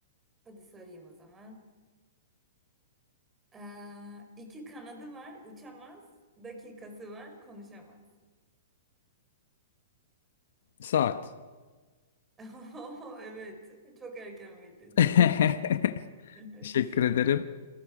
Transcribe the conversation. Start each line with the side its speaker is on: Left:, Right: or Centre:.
Right: Hadi sorayım o zaman. Ee, iki kanadı var, uçamaz. Dakikası var, konuşamaz.
Left: Saat.
Right: <laughs> Oo, Evet, çok erken bildin.
Left: <laughs>
Right: Tebrikler. <laughs>
Left: Teşekkür ederim.